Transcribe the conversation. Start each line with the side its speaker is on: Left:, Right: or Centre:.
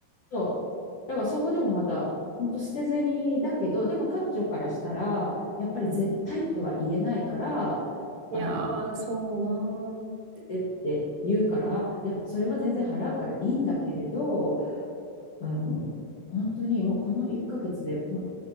Left: そう。だからそこでもまた、本当捨て銭だけど、でも彼女からしたら、やっぱり絶対とは言えないから、あの、
Right: う。いやー、
Left: 捨
Right: そうなー。
Left: ててって言うから、いや、それは全然払うからいいんだけれど、あの、本当にもうこの1ヶ月でもう、